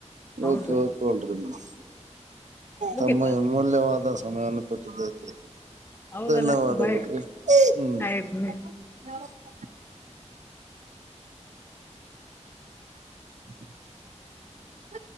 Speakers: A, on the left; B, on the right.
A: ಹೌದು
B: ಓಕೆ ಓಕೆ ಹೇಳ್ರಿ ಮೇಡಂ
A: ಮುಗಿತಾ
B: ತಮ್ಮ <unintelligible> ಧನ್ಯವಾದ ಸಮಯವನ್ನು ಕೊಟ್ಟಿದ್ದಕ್ಕೆ.
A: ಹೌದಲ್ಲ
B: ಧನ್ಯವಾದಗಳು
A: ಬೈ
B: ರೀ ಹ್ಮ್
A: ಆಯ್ತ್
B: <unintelligible> <inaudible>